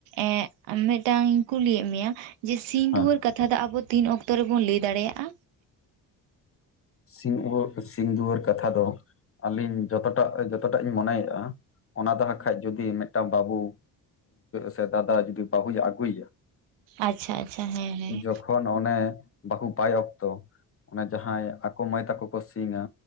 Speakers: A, on the right; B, on the left.
A: ᱮᱸ ᱢᱤᱫᱴᱟᱝ ᱠᱩᱞᱤᱭᱮᱜ ᱢᱮᱭᱟ᱾ ᱡᱮ ᱥᱤᱧ
B: ᱦᱮᱸ
A: ᱫᱩᱣᱟᱹᱨ ᱠᱟᱛᱷᱟ ᱫᱚ ᱟᱵᱚ ᱛᱤᱱ ᱚᱠᱛᱚ ᱨᱮᱵᱚᱱ ᱞᱟᱹᱭ ᱫᱟᱲᱮᱭᱟᱜᱼᱟ᱾
B: ᱥᱤᱧ ᱩᱣᱟᱹ ᱥᱤᱧ ᱫᱩᱣᱟᱹᱨ ᱠᱟᱛᱷᱟ ᱫᱚ ᱟᱹᱞᱤᱧ ᱡᱚᱛᱚᱴᱟᱜ ᱡᱚᱛᱚᱴᱟᱜ ᱤᱧ ᱢᱚᱱᱮᱭ ᱠᱟᱜᱼᱟ ᱚᱱᱟ ᱫᱚ ᱦᱟᱜ ᱠᱷᱟᱡ ᱡᱩᱫᱤ ᱢᱮᱜᱴᱟᱝ ᱵᱟᱹᱵᱩ ᱥᱮ ᱫᱟᱫᱟ ᱡᱩᱫᱤ ᱵᱟᱹᱦᱩᱭ ᱟᱹᱜᱩᱭᱮᱭᱟ᱾
A: ᱟᱪᱪᱷᱟ ᱟᱪᱪᱷᱟ ᱦᱮᱸ ᱦᱮᱸ
B: ᱡᱚᱠᱷᱚᱱ᱾ ᱱᱚᱜᱼᱚᱱᱮ ᱵᱟᱹᱦᱩ ᱵᱟᱭ ᱚᱠᱛᱚ ᱚᱱᱮ ᱡᱟᱦᱟᱸᱭ ᱟᱠᱚ ᱢᱟᱹᱭ ᱛᱟᱠᱚ ᱠᱚ ᱥᱤᱧᱟ᱾